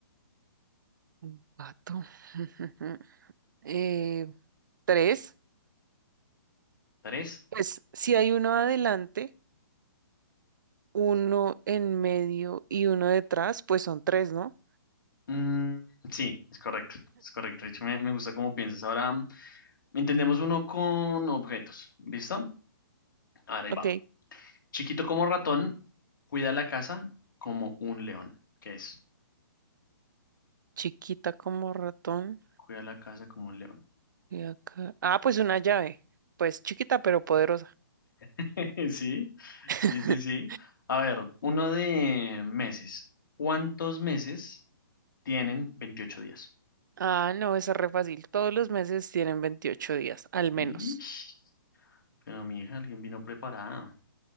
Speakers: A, on the right; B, on the left.
A: un pato. <laughs> Eh, tres.
B: ¿Tres?
A: Pues si hay uno adelante, uno en medio y uno detrás, pues son tres, ¿no?
B: Mm, sí, es correcto, es correcto. De hecho, me, me gusta cómo piensas. Ahora. Entendemos uno con objetos. ¿Listo? Ahora ahí
A: Ok.
B: va. Chiquito como ratón, cuida la casa como un león. ¿Qué es?
A: Chiquita como ratón.
B: Cuida la casa como un león.
A: Y acá. Ah, pues una llave. Pues chiquita pero poderosa.
B: <laughs> Sí,
A: <laughs>
B: sí, sí, sí. A ver, uno de meses. ¿Cuántos meses tienen 28 días?
A: Ah, no, es re fácil. Todos los meses tienen 28 días, al menos.
B: Ish, pero mi hija, alguien vino preparada.